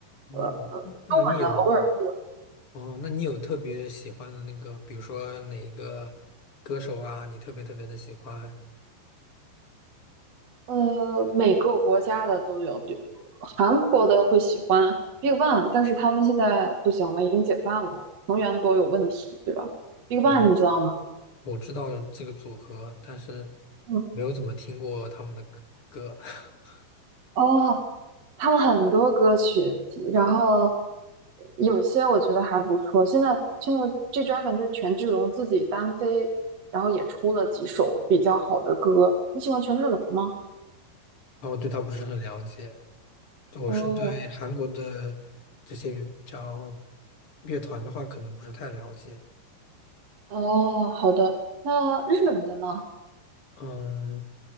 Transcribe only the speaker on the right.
呃呃，
中文的偶尔会。有。
呃，每个国家的都有，对，韩国的会喜欢 Big Bang，但是他们现在不行了，已经解散了，成员都有问题，对吧？Big
Bang 你知道吗？
嗯，
哦，他们很多歌曲，然后有些我觉得还不错。现在现在 G Dragon 就是权志龙自己单飞，然后也出了几首比较好的歌。你喜欢权志龙吗？
哦
哦，好的。那日本的呢？